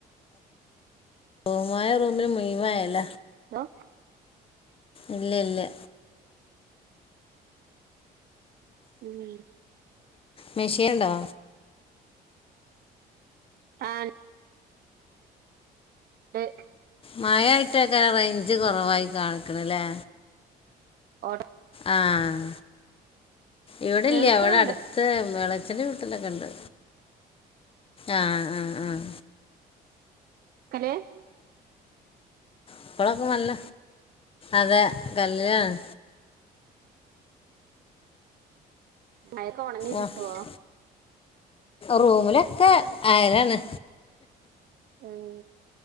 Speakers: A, on the left; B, on the right.
A: റൂമായ റൂമിന് മുഴുവായല
B: ഹലോ
A: ഇല്ലല്ല
B: ഉം
A: മെഷീണ്ടോ?
B: ആഹ് ഉണ്ട്
A: മഴയിട്ടൊക്കെ റേഞ്ച് കുറവായി കാണിക്കണല്ലേ
B: ഓടാ
A: ആഹ് ഇവിടെല്ലവിടെ
B: കേൾക്കണുണ്ട്
A: അടു ത്ത് എളച്ചന്റെ വീട്ടിലൊക്കെണ്ട് ആഹ് ആഹ് ആഹ്
B: ഹലേ
A: ഇപ്പളൊക്കെ നല്ല അതെ കല്ലാണ്
B: മയത്ത് ഒണങ്ങി
A: ഓ
B: കിട്ടോ?
A: റൂമിലൊക്കെ ആയലാണ്
B: ഉം